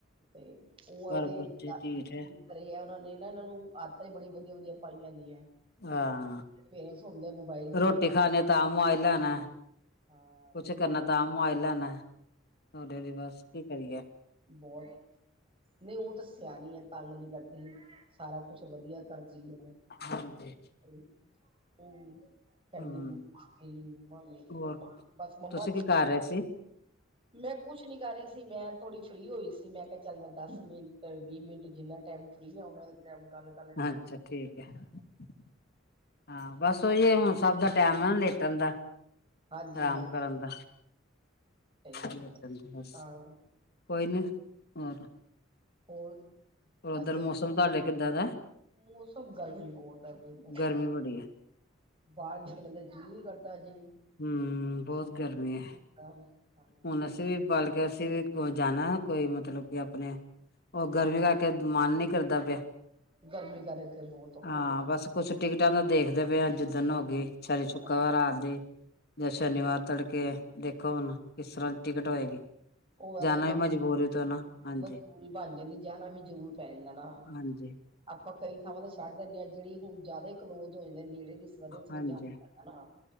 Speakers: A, on the right (about 30°); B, on the left (about 55°).
A: ਤੇ ਉਹ
B: ਪਰ
A: ਇਹਦੇ
B: ਬੱਚੇ
A: <unintelligible>
B: ਢੀਠ ਹੈ
A: ਉਹਨਾਂ ਨੇ ਨਾ ਇਹਨਾਂ ਨੂੰ ਆਦਤਾਂ ਹੀ ਬੜੀ ਵਧੀਆ ਵਧੀਆ। ਪਾਈਆਂ ਦੀਆਂ।
B: ਹਾਂ।
A: ਪੇਰੈਂਟਸ ਹੁੰਦੇ ਆ ਮੋਬਾਇਲ ਦੇ
B: ਰੋਟੀ
A: ਕੇ
B: ਖਾਣੀ ਤਾਂ ਮੋਬਾਈਲ ਲੈਣਾ
A: ਹਾਂ
B: ਕੁਛ
A: ਨਹੀਂ
B: ਕਰਨਾ
A: ਇਹ
B: ਤਾਂ ਮੋਬਾਈਲ ਲੈਣਾ। ਉਹਦੇ ਦੀ ਬਸ ਕੀ ਕਰੀਏ।
A: ਬਹੁਤ ਨਹੀਂ, ਉਹ ਤਾਂ ਸਿਆਣੀ ਐ ਤੰਗ ਨੀ ਕਰਦੀ ਸਾਰਾ ਕੁਛ! ਵਧੀਆ ਘਰ ਜੀ ਆਇਆ
B: ਹਾਂਜੀ
A: ਹੂੰ। ਕਦੀ
B: ਹਮ
A: ਮੰਮਾ ਮੇਰੀ ਮੰਮਾ ਮੇਰੀ
B: ਹੋਰ
A: ਮੰਮਾ ਬਸ ਮੰਮਾ।
B: ਤੁਸੀਂ ਕੀ ਕਰ ਰਹੇ ਸੀ
A: ਮੈਂ ਕੁਛ ਨੀ ਕਰ ਰਹੀ ਸੀ ਮੈਂ ਥੋੜ੍ਹੀ ਫਰੀ ਹੋਈ ਸੀ ਮੈਂ ਕਿਹਾ ਚੱਲ ਮੈਂ ਦਸ ਮਿੰਟ ਵੀਹ ਮਿੰਟ ਜਿੰਨਾ। ਟਾਈਮ ਫਰੀ ਆ ਉਹਨਾਂ ਟਾਈਮ ਗੱਲ ਕਰ ਲੈਣੇ
B: ਅੱਛਾ
A: ਆ।
B: ਠੀਕ ਹਾਂ, ਬਸ ਉਹੀ ਹੁਣ ਸਭ ਦਾ ਟੈਮ ਆ ਨਾ ਲੇਟਣ ਦਾ
A: ਹਾਂਜੀ
B: ਆਰਾਮ
A: ਹਾਂਜੀ
B: ਕਰਨ ਦਾ <inaudible>
A: ਸਹੀ ਹੈ
B: ਬਸ।
A: ਆਹੋ
B: ਕੋਈ ਨਹੀਂ ਹੋਰ।
A: ਹੋਰ।
B: ਉਧਰ
A: ਅੱਜ
B: ਮੌਸਮ ਤੁਹਾਡੇ ਕਿੱਦਾਂ ਦਾ।
A: ਮੌਸਮ ਗਰਮੀ ਬਹੁਤ ਹੈ ਬਈ ਬਹੁਤ।
B: ਗਰਮੀ ਬੜੀ ਹੈ
A: ਬਾਹਰ ਨਿਕਲਣ ਦਾ ਜੀ ਵੀ ਨੀ ਕਰਦਾ ਹਜੇ ਵੀ।
B: ਹੂੰ, ਬਹੁਤ ਗਰਮੀ ਐ।
A: ਹਾਂ ਹਾਂਜੀ
B: ਹੁਣ ਅਸੀਂ ਵੀ ਬਾਲ। ਅਸੀਂ ਵੀ ਜਾਣਾ ਕੋਈ ਮਤਲਬ ਕਿ ਆਪਣੇ ਉਹ ਗਰਮੀ ਕਰਕੇ ਮਨ ਨੀ ਕਰਦਾ ਪਿਆ।
A: ਗਰਮੀ ਕਰਕੇ ਬਹੁਤ ਔਖਾ
B: ਹਾਂ,
A: ਨਿਕ
B: ਬਸ ਕੁਛ ਟਿਕਟਾਂ ਦਾ ਦੇਖ। ਕਹਿੰਦੇ ਪਏ ਆ ਜਿਦਨ ਹੋਗੀ ਸ਼ਨੀ ਸ਼ੁੱਕਰਵਾਰ
A: ਅੱਛਾ
B: ਰਾਤ ਦੀ। ਜਾਂ ਸ਼ਨੀਵਾਰ ਤੜਕੇ ਦੇਖੋ ਹੁਨ ਕਿਸ ਤਰ੍ਹਾਂ ਦੀ ਟਿਕਟ ਹੋਏਗੀ।
A: ਉਹ ਐ
B: ਜਾਣਾ
A: ਨਾ ਮੂ
B: ਵੀ ਮਜਬੂਰੀ ਤੋਂ ਨਾ ਹਾਂਜੀ
A: ਮਜ਼ਦੂਰੀ ਬਣ ਜਾਂਦੀ ਜਣਾ ਵੀ ਜਰੂਰ ਪੈ ਜਾਂਦਾ ਨਾ
B: ਹਾਂਜੀ
A: ਆਪਾਂ ਕਈ ਥਾਵਾਂ ਤੇ ਛੱਡ ਦੀਨੇ ਆ ਜਿਹੜੀ ਹੁਣ ਜ਼ਿਆਦਾ ਹੀ ਕਲੋਜ ਹੋ ਜਾਂਦੇ ਨੇੜੇ <unintelligible>
B: ਹਾਂਜੀ
A: ਜਾਣਾ ਨਾ